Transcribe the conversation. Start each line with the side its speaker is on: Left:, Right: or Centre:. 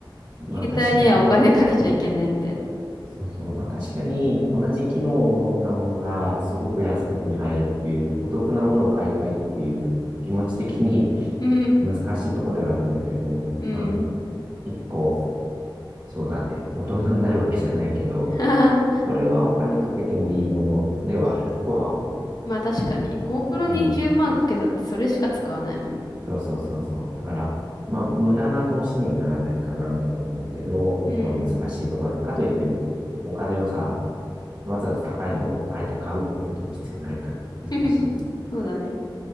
Right: う。まあ確かに、
Left: 携帯にはお金かけちゃいけないみたいな。
Right: そうそう。まあ確かに同じ機能を持ったものがすごく安く手に入るっていう、お得なものを買いたいっていう気持ち的に <laughs>
Left: うん。
Right: 難しいとこではあるんだけど、
Left: うん。
Right: まあ一個、そうだね。大人になるわけじゃないけど、
Left: <laughs>
Right: これはお金かけてもいいものではあるとは思
Left: まあ確かに。GoPro に10万かけたってそれしか使わないもんね
Right: う。うんそうそうそうそう。だから、まあ、無駄な投資にはならないかなとは思うけど、
Left: うん。
Right: まあ、難しいところで。かといって、お金をさ、わざわざ高いのをあえて買うってことも必要ないから、
Left: <laughs>
Right: 難しい。
Left: そうだね。